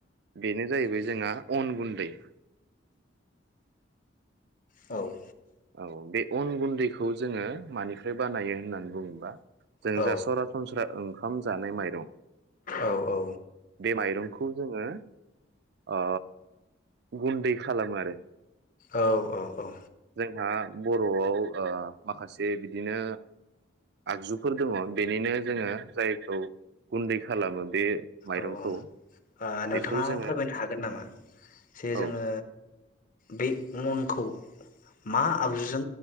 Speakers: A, on the right (about 55°); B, on the left (about 45°).
A: बेनो जाहैबाय जोंहा। अन गुन्दै।
B: औ।
A: औ बे अन गुन्दैखौ जोङो मानिफ्राय बानायो होननानै बुङोबा। जों
B: औ
A: जा सरासनस्रा ओंखाम जानाय माइरं।
B: औ औ।
A: बे माइरंखौ जोङो ओ गुन्दै। खालामो आरो।
B: औ औ औ।
A: हा बर'आव ओ माखासे बिदिनो आगजुफोर दङ बेनिनो जोङो जायखौ गुन्दै खालामो बे माइरंखौ
B: औ औ ओ नोंथाङा
A: बेखौ जोङो
B: फोरमायनो हागोन नामा जे
A: औ
B: जोङो बे मनखौ। मा आगजुजों